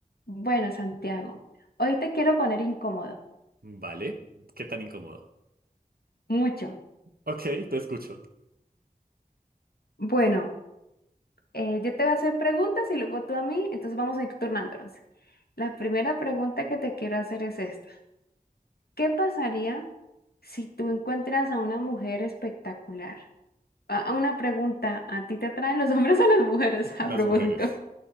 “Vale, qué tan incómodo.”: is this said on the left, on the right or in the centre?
Right